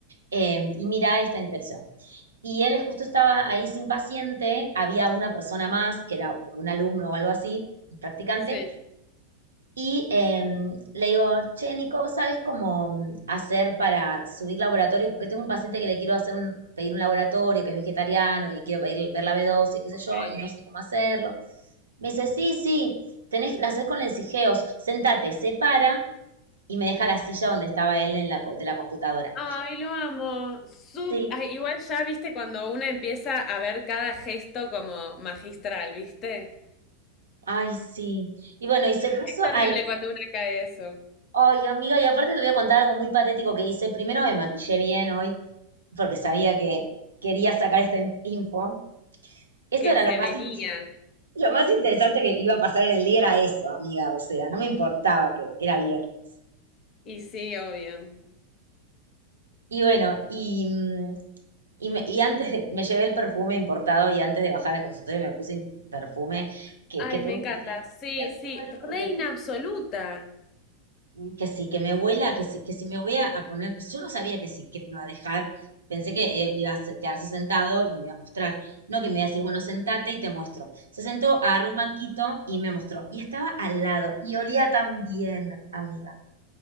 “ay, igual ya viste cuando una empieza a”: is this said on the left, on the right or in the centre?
Left